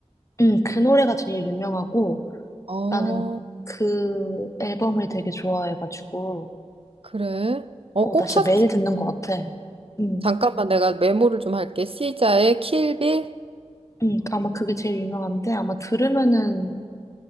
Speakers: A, on the left (about 25°); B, on the right (about 55°).
A: 응, 그 노래가 제일 유명하고,
B: <laughs> 어,
A: 나는 그 앨범을 되게 좋아해가지고,
B: 그래. 어,
A: 어,
B: 꼭
A: 나 진짜
B: 찾아.
A: 매일 듣는 것 같아. 응.
B: 잠깐만, 내가 메모를 좀 할게. 시자의 킬빌?
A: 음, 아마 그게 제일 유명한데 아마 들으면은